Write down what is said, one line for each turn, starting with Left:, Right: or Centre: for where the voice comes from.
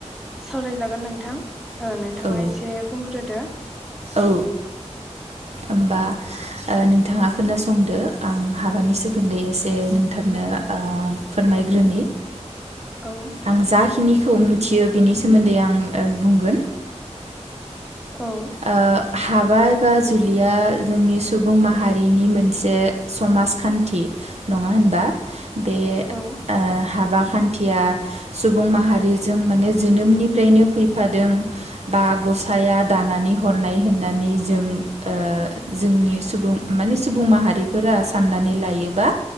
Centre: सावरायजागोन नोंथां। ओ नोंथाङा
Right: औ
Centre: एसे बुंग्रोदो
Right: औ ओमबा ओ नोंथाङा खोनासंदो आं हाबानि सोमोन्दै एसे नोंथांनो ओ फोरमायग्रोनि
Centre: औ
Right: आं जाखिनि खौ मिथियो बिनि सोमोन्दै आं ओ बुंगोन
Centre: औ
Right: ओ हाबा एबा जुलिया जोंनि सुबुं माहारिनि मोनसे समाजखान्थि नङा होनबा? बे ओ
Centre: औ
Right: हाब हाबा खान्थिया सुबुं माहारिजों माने जोनोमनिफ्रायनो फैफादों बा गसाया दानानै नानै हरनाय होननानै जों ओ जोंनि सुबुं माने सुबुं माहारिफोरा साननानै लायोबा